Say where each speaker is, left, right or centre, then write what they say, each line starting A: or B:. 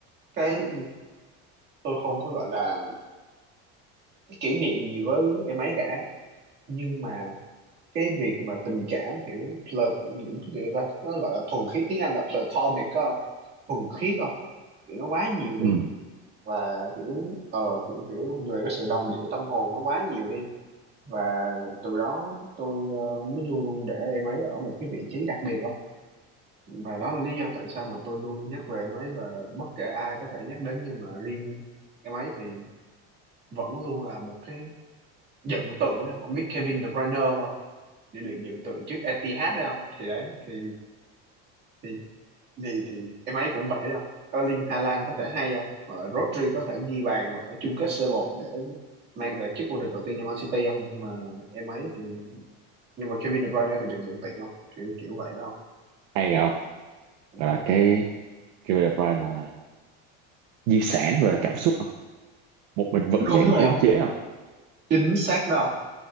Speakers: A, on the right (about 35°); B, on the right (about 70°).
A: cái tôi không có gọi là cái kỷ niệm gì với em ấy cả nhưng mà cái việc mà tình cảm kiểu plat kiểu cái gì ta nó gọi là thuần khiết tiếng Anh là platonic á thuần khiết không thì nó quá nhiều
B: ừ.
A: đi và kiểu ờ kiểu kiểu về cái sự đồng điệu tâm hồn nó quá nhiều đi và từ đó tôi ờ, mới luôn luôn để em ấy ở một cái vị trí đặc biệt đó và đó là lý do tại sao mà tôi luôn nhắc về em ấy và bất kể ai có thể nhắc đến nhưng mà riêng em ấy thì vẫn luôn là một cái dựng tượng đó không biết Kevin De Bruyne không Để được dựng tượng trước Etihad đấy không thì đấy thì thì gì thì em ấy cũng vậy đó Erling Haaland có thể hay không hoặc là Rodri có thể ghi bàn ở chung kết C1 để mang về chức vô địch đầu tiên cho Man City không nhưng mà em ấy thì nhưng mà Kevin De Bruyne thì được nhận tiền không kiểu kiểu vậy đó
B: hay không
A: không
B: Gọi
A: đúng rồi
B: là
A: không?
B: cái kêu đẹp Pride là di sản về cảm xúc không một mình vực
A: đúng
B: dậy một
A: rồi
B: đế
A: không
B: chế không
A: chính xác đó không